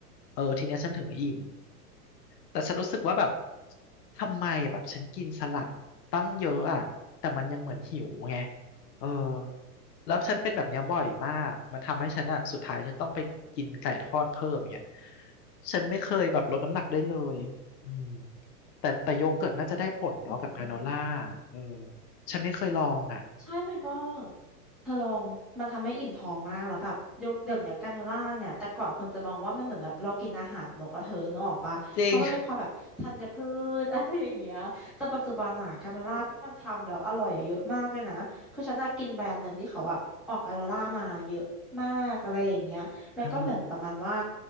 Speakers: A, on the left; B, in the centre.
A: เออทีเนี้ยฉันถึงอิ่มแต่ฉันรู้สึกว่าแบบทำไมแบบฉันกินสลัดตั้งเยอะอ่ะแต่มันยังเหมือนหิวไงเออแล้วฉันเป็นแบบเนี้ยบ่อยมากมันทำให้ฉันอ่ะสุดท้ายฉันต้องไปกินไก่ทอดเพิ่มอย่างเงี้ยฉันไม่เคยแบบลดน้ำหนักได้เลยอืมแต่แต่โยเกิร์ตน่าจะได้ผลเนาะกับกราโนล่า
B: อืม
A: เออฉันไม่เคยลองอ่ะ
B: ใช่มันก็เธอลองมันทำให้อิ่มท้องมากแล้วแบบยกเดี๋ยวเนี้ยกราโนล่าเนี่ยแต่ก่อนคนจะมองว่ามันเหมือนแบบเรากินอาหารนกกระเธอนึกออกปะ
A: จริง
B: เพราะมันเป็นความแบบธัญพืช <laughs> อะไรอย่างเงี้ยแต่ปัจจุบันอะกราโนล่าที่มันทำแล้วอร่อยอะเยอะมากเลยนะคือฉันน่ะกินแบรนด์หนึ่งที่เขาอะออกกราโนล่ามาเยอะมากอะไรอย่างเงี้ยแล้วก็เหมือนประมาณว่า
A: <laughs> อ่า